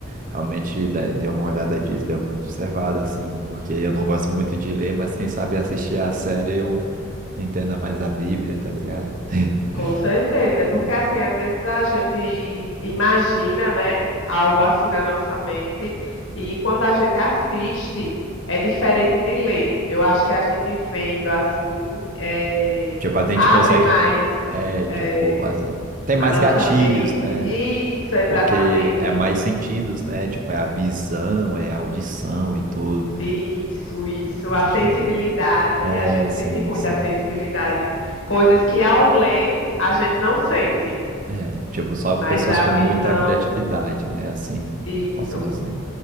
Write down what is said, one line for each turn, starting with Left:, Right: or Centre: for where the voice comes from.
Right: realmente dê dê uma olhada disso, dê uma observada, assim, porque eu não gosto muito de ler, mas quem sabe assistir a série eu entenda mais a Bíblia, tá ligado? <laughs>
Left: Com certeza, é porque
Right: Hum.
Left: assim, às vezes a gente imagina, né, algo assim na nossa mente, e quando a gente assiste, é diferente de ler. Eu acho que a gente vendo assim, é,
Right: Tipo, a gente
Left: abre
Right: consegue,
Left: mais,
Right: é,
Left: é,
Right: tipo, as- tem
Left: a
Right: mais
Left: nossa
Right: gatilhos,
Left: mente.
Right: né?
Left: Isso, exatamente.
Right: Porque é mais sentidos, né? Tipo, é a visão, é a audição e tudo.
Left: Isso, isso.
Right: A
Left: A sensibilidade,
Right: gente- É,
Left: a gente
Right: sim,
Left: sente muito
Right: sim.
Left: a sensibilidade. Coisas que ao ler a gente não sente,
Right: É, tipo, só pessoas
Left: mas a
Right: com
Left: visão,
Right: muita criatividade, né? Assim,
Left: isso.
Right: posso dizer.